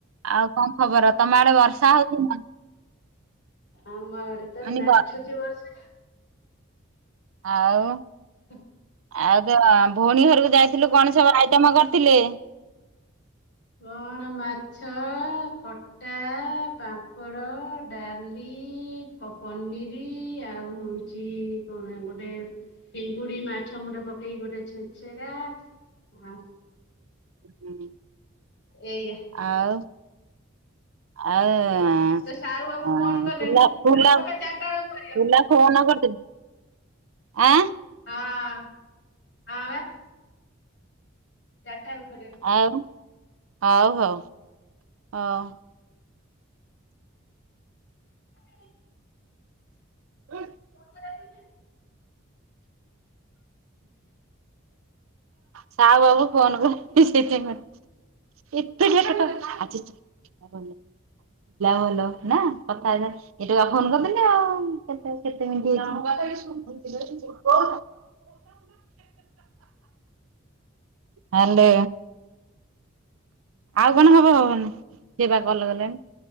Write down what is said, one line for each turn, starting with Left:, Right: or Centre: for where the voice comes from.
Right: ଆଉ କଣ ଖବର ତମ ଆଡେ ବର୍ଷା
Left: କଣ
Right: ହଉଛି ନା?
Left: ଆମ ଆଡେ ତ
Right: ମାନେ
Left: ନାଛୁଚି
Right: ବ
Left: ବର୍ଷା।
Right: ଆଉ?
Left: ହୁଁ।
Right: ଆଉ ତ ଭଉଣୀ ଘରକୁ ଯାଇଥିଲୁ କଣ ସବୁ
Left: ବର୍ଷା
Right: ଆଇଟମ କରିଥିଲେ?
Left: କଣ ମାଛ ଖଟ ଖଟା, ପାମ୍ପଡ଼, ଡାଲି, ପ-ପନିର ଆଉ କଣ ଗୋଟେ ଚିଙ୍ଗୁଡି ମାଛ ମୁଣ୍ଡ ପକେଇକି ଗୋଟେ ଛେଞ୍ଚେଡା। ହଁ।
Right: ହଁ।
Left: ଏୟା।
Right: ଆଉ? ଆଉ
Left: ଲୋ ସାହୁ ବାବୁ
Right: ଆ
Left: ଫୋନ କଲେଣି
Right: ଫୁଲ ଫୁଲ
Left: ରଖବେ ଚାରିଟା ବେଳକୁ କରିବ
Right: ଫୁଲ ଫୋନ କରିଥିଲୁ, ଆଁ
Left: ହଁ ହଁ ବା। ଚାରିଟା ବେଳକୁ କରିବା।
Right: ଆଉ ହଉ ହଉ ହଉ।
Left: ହଁ
Right: ହୁଁ
Left: ହଁ ହା
Right: ସାହୁ ବାବୁ ଫୋନ କରିଛି ସେଇଥିପାଇଁ। ଏତେ <unintelligible> ଭଲ ଆଜି ଥିଲା ଭଲ ନା କଥାବାର୍ତା ଏଟୁ ଫୋନ କରିଦେଲେ ଆଉ କେ-କେତେ ମିନିଟ ହେଇ କ ହାଲୋ। ଆଉ କଣ ହବ ହବନି ସେ ବା କଲ୍ କଲେଣି।